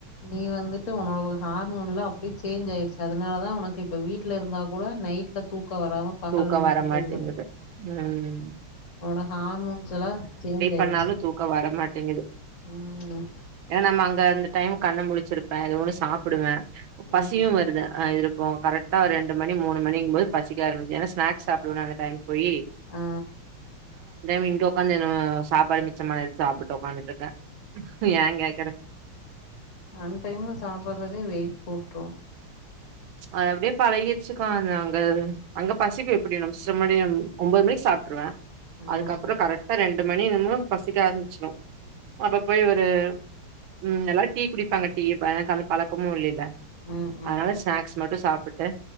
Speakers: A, on the left (about 40°); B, on the right (about 70°).
A: நீ வந்துட்டு உன்னோட ஹார்மோன்லா அப்டி சேஞ்ச் ஆயிருச்சு அதனாலதான் உனக்கு இப்ப வீட்ல இருந்தா கூட நைட்ல தூக்கோ வராம பகல்ல
B: தூக்கோ
A: மட்டு
B: வரமாட்டேங்குது
A: தூங்குற
B: உம்
A: உன்னோட ஹார்மோன்ஸ்லா சேஞ்ச் ஆயிடுச்சு
B: பண்ணாலு தூக்க வர மாட்டேங்குது
A: உம்
B: ஏன்னா நம்ம அங்க அந்த டைம் கண்ண முழிச்சிருப்பே எதோ ஒன்ன சாப்டுவே பசியும்
A: ம்
B: வருது அஹ் இருக்கும் கரெக்டா ரெண்டு மணி மூணு மணி போதுபசிக்க ஆரம்பிக்கும் ஏனா ஸ்னேக்ஸ் சாப்பிடுவேனா அந்த டைம் போயி
A: ஆ
B: இப்ப உக்காந்து சாப்பாடு மிச்சமாயிடுச்சு சாப்பிட்டு உட்காந்துட்டு இருக்கேன் ஏன் கேக்றேன்
A: அந்த டைம்ல சாப்படுறதே வெயிட் போட்ட
B: அது அப்படியே பழகிடுச்சுக்கா அது அங்க பசிக்கும் எப்படி நம்ம சும்மனே ஒன்பது மணிக்கு சாப்பிடுருவேன்
A: ம்
B: அதுக்கப்புறம் கரெக்டா ரெண்டு மணிக்கு பசிக்க ஆரம்பிச்சிடும் அப்ப போய் ஒரு உம் நல்லா டீ குடிப்பாங்க டீக்கு அந்த பழக்கமும் இல்லல்ல
A: ம் ம்
B: அதனால ஸ்நாக்ஸ் மட்டும் சாப்பிட்டு